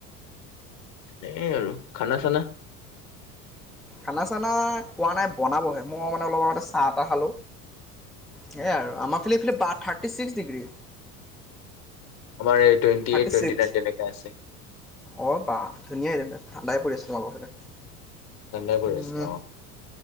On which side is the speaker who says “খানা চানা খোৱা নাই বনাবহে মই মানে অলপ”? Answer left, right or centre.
Centre